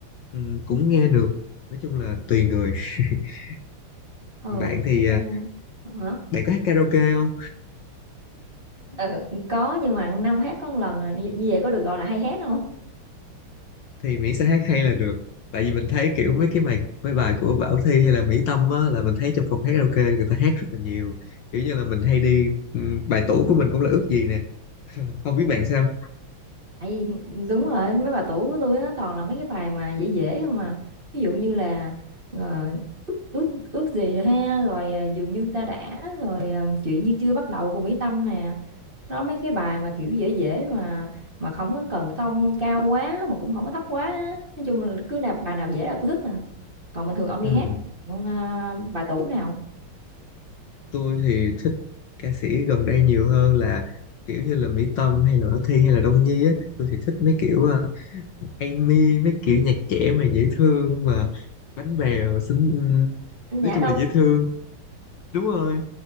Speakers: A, on the left; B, on the right.
A: ừm, cũng nghe được nói chung là tùy người <laughs>
B: ừ
A: bạn thì
B: À,
A: ờ,
B: hả
A: bạn có hát karaoke không
B: Ờ, có nhưng mà năm hát có một lần à. như như vậy có được gọi là hay hát
A: thì miễn sao hát hay là được tại vì mình thấy kiểu mấy cái bài mấy bài của Bảo Thy hay là Mỹ Tâm á là mình thấy trong phòng hát karaoke người ta hát rất là nhiều kiểu như là mình hay đi ừ, bài tủ của mình cũng là ước gì nè không biết bạn sao
B: tại vì đúng rồi mấy bà tủ của tôi á toàn là mấy cái bài mà dễ dễ không à ví dụ như là rồi ước ước ước gì ha rồi à, dường như ta đã rồi à, chuyện như chưa bắt đầu của Mỹ Tâm nè đó mấy cái bài mà kiểu dễ dễ mà mà không có cần tông cao quá mà cũng không có thấp quá á. nói chung là cứ nào bài nào dễ là tôi thích à còn bình thường ông đi
A: ừ,
B: hát ông, à, bà tủ nào
A: tôi thì thích ca sĩ gần đây nhiều hơn là kiểu như là Mỹ Tâm hay là Bảo Thy hay là Đông Nhi á tôi thì thích mấy kiểu à, Amy mấy kiểu nhạc trẻ mà dễ thương mà bánh bèo xinh ừ,
B: anh Nhã
A: nói chung
B: đâu
A: là dễ thương đúng rồi